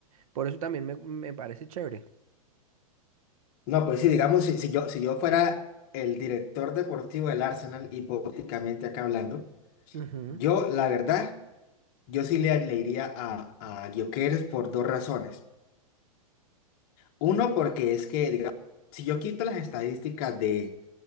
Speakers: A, on the right; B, on the left.
A: Por eso también me, me parece chévere.
B: No, pues sí, digamos, si, si yo, si yo fuera el director deportivo del Arsenal, hipotéticamente acá hablando,
A: Ujú,
B: Yo, la verdad, yo sí le, le iría a, a Gyökeres por dos razones. Uno, porque es que, digamos, si yo quito las estadísticas de